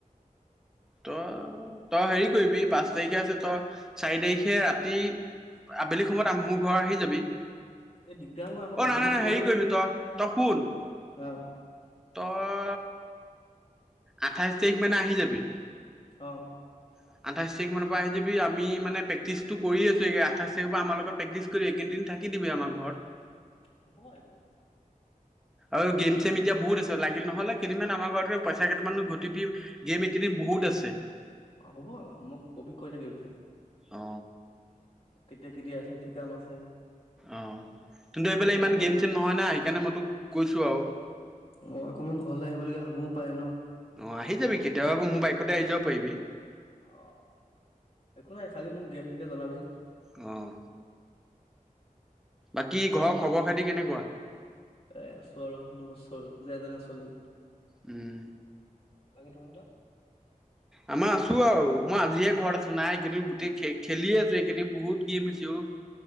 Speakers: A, in the centre; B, on the left (about 40°).
A: তই তই হেৰি কৰিবি পাঁচ তাৰিখে আছে ত চাৰি তাৰিখে ৰাতি আবেলি সময়ত আম মোৰ ঘৰ আহি যাবি।
B: এই দিগদাৰ হ'ব আকৌ
A: অ'
B: প্ৰেক্টিচ
A: নাই নাই
B: চেক্টিচ
A: নাই
B: কৰিব
A: হেৰি
B: লাগিব
A: কৰিবি
B: নহয়
A: তই তই শুন
B: অ
A: তই আঠাইছ তাইখ মানে আহি যাবি।
B: অঁ।
A: <inaudible> আঠাইছ তাৰিখ মান পা আহি যাবি, আম মানে প্ৰে্টিছটো কৰি আছো আঠাই তাৰিখৰ পা আমাৰ লগত প্ৰেটিছ কৰি কেইদিন থাক থাকি দিবি আমাৰ ঘৰত।
B: হ'ব একো নাই।
A: আৰু গেইম চেইম এতিয়া বহুত আছে লাগিল নহ'লে কেইদিনান আমাৰ ঘৰতে পইচা কেইটামান ঘটিবি গেইম এইকেইদিন বহুত আছে।
B: অঁ হ'ব মোক কবি কৈ থাকিবি খালি
A: অ
B: কেতিয়া কেতিয়া আছে কি কাম আছে?
A: অঁ কিন্তু এইফেলে
B: আমাৰ
A: ইমান
B: ঘৰ
A: গেইম চেইম নহয় না সেইকাৰণে মই তোক কৈছোঁ আও
B: অঁ অকৌ মই ঘৰলে আহিব লগীয়া হ'বও পাৰে ন'।
A: অঁ আহি যাবি কেতিয়াবা ক' মোৰ বাইকতে আহি যাব পাৰিবি।
B: অ' একো নাই খালি মোক গেইম থাকিলে জনাবি।
A: অঁ বাকী
B: পইচা
A: ঘৰৰ
B: পাতি
A: খবৰ খাতি কেনেকুৱা?
B: এ আছো আৰু ন' চ যে তেনে চলি
A: উম।
B: বাকী তহঁতৰ?
A: আম আছো আও, মই আজিহে ঘৰত আছো নাই এইকেদিন তে খে খেলিয়ে আছো এইকেইদিন বহুত গেইম হৈছেঅও